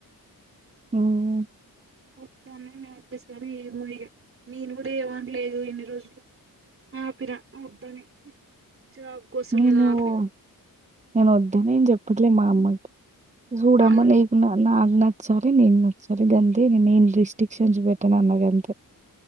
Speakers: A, on the right; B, on the right.
A: హ్మ్
B: వద్దానే మచ్చ సారి ఏమొ ఈగా నేను కూడా ఏమన్లేదు ఇన్ని రోజులు ఆపిన వద్దని. జాబ్ కోసం
A: నేను
B: అని ఆపిన
A: ఓ నేను వద్దానే ఏమ్ చెప్పలే మామ్ మడ్ జూడమ్మ
B: అం
A: నీకు నా నచ్చాలి నేను నచ్చాలి నేను గంతే నేను ఏమ్ రిస్ట్రిక్షన్స్ పెట్టాను అన గంతే.